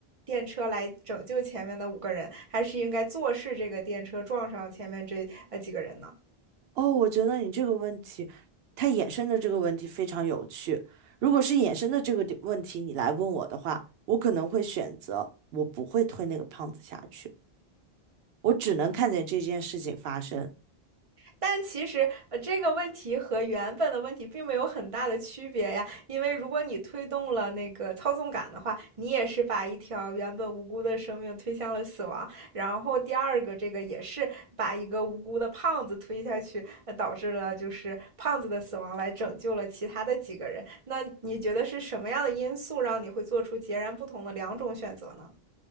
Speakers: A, on the right; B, on the right.
A: 电车来拯救前面的五个人，还是应该坐视这个电车撞上前面这呃几个人呢？
B: 哦，我觉得你这个问题，它衍生的这个问题非常有趣。如果是衍生的这个问题，你来问我的话，我可能会选择我不会推那个胖子下去，我只能看见这件事情发生。
A: 但其实，呃，这个问题和原本的问题并没有很大的区别呀，因为如果你推动了那个操纵感的话，你也是把一条原本无辜的生命推向了死亡。然后第二个，这个也是把一个无辜的胖子推下去，呃导致了就是胖子的死亡，来拯救了其他的几个人。那你觉得是什么样的因素让你会做出截然不同的两种选择呢？